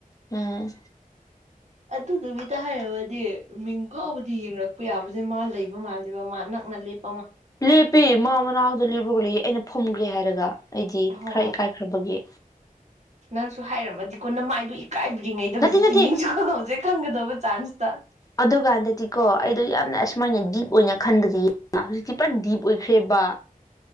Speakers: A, on the left (about 25°); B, on the right (about 50°).
A: ꯑ
B: ꯑꯗꯨꯗꯨꯕꯤꯇ ꯍꯥꯏꯔꯕꯗꯤ ꯃꯤꯡ ꯐꯥꯎꯕꯗꯤ ꯌꯦꯡꯉꯛꯄ ꯌꯥꯕ ꯃꯥ ꯂꯩꯕ ꯃꯥꯜꯂꯤꯕ ꯃꯥ ꯅꯛꯅꯞ
A: ꯂꯦꯄꯤ ꯃꯥꯃ ꯍꯔꯥꯎꯗ ꯂꯤꯕꯒ ꯂꯩ ꯑꯩꯅ ꯐꯨꯝꯈ꯭ꯔꯦ ꯍꯥꯏꯔꯒ ꯑꯩꯗꯤ
B: ꯍꯣ
A: ꯈꯔ ꯏꯀꯥꯏꯈ꯭ꯔꯕꯒꯤ
B: ꯅꯪꯁꯨ ꯍꯥꯏꯔꯝꯃꯗꯤꯀꯣ ꯅꯃꯥꯏꯗꯨ ꯀꯥꯏꯕꯤ꯭ꯔꯤꯉꯩꯗ
A: ꯅꯠꯇꯦ
B: ꯍꯧꯖꯤꯛꯇꯤ
A: ꯅꯠꯇꯦ
B: ꯃꯤꯡꯁꯨ ꯈꯪꯉꯧꯖꯤ ꯈꯪꯒꯗꯕ ꯆꯥꯟꯁꯇ
A: ꯑꯗꯨꯀꯥꯟꯗꯗꯤꯀꯣ ꯑꯩꯗꯣ ꯌꯥꯝꯅ ꯑꯁꯨꯃꯥꯏꯅ ꯗꯤꯞ ꯑꯣꯏꯅ ꯈꯟꯗꯗꯤ ꯍꯧꯖꯤꯛꯇꯤ ꯄꯨꯔꯥ ꯗꯤꯞ ꯑꯣꯏꯈ꯭ꯔꯦꯕ